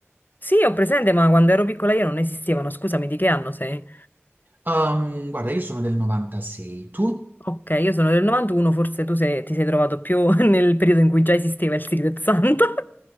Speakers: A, on the left; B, on the right.
A: sì, ho presente, ma quando ero piccola io non esistevano, scusami, di che anno sei?
B: Ehm, guarda, io sono del 96, tu?
A: Ok, io sono del 91, forse tu sei- ti sei trovato più <laughs> nel periodo in cui già esisteva il Secret Santa. <laughs>